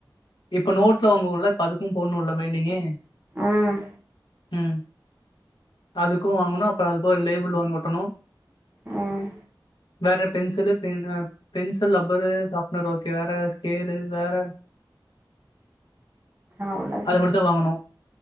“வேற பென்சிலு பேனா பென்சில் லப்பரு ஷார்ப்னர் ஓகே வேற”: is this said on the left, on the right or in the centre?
Left